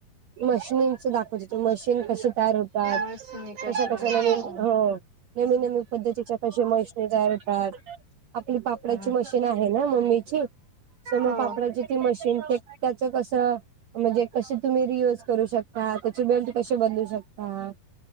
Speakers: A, on the right (about 85°); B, on the right (about 55°).
A: मशनीनचं दाखवच. <unintelligible> मशीन कशी तयार होतात.
B: बस मी कशी
A: कशा
B: आहे.
A: कशा नवीन हो. नवीन नवीन पद्धतीच्या कशा मशनी तयार होतात. आपली पापडाची
B: हा
A: मशीन आहे ना मम्मीची, स मग
B: हो
A: पापडाची ती मशीन, ते त्याच कसं म्हणजे कसे तुम्ही रियूज करू शकता, त्याचे बेल्ट कसे बदलू शकता.